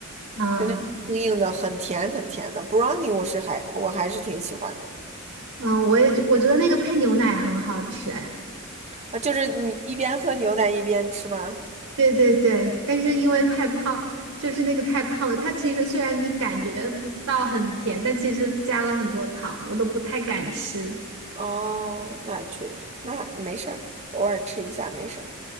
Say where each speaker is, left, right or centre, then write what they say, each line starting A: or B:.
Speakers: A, on the right; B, on the right.
A: 嗯
B: 就那硬硬的，很甜很甜的 brownie，我是还我还是挺喜欢的
A: 嗯，我也觉我觉得那个配牛奶很好吃，哎。
B: 啊，就是你一边喝牛奶一边吃吗？
A: 对对对，但是因为太胖，就是那个太胖了。它其实虽然你感觉不到很甜，但其实加了很多糖，我都不太敢吃。
B: 哦，那确实，那没事儿，偶尔吃一下没事儿。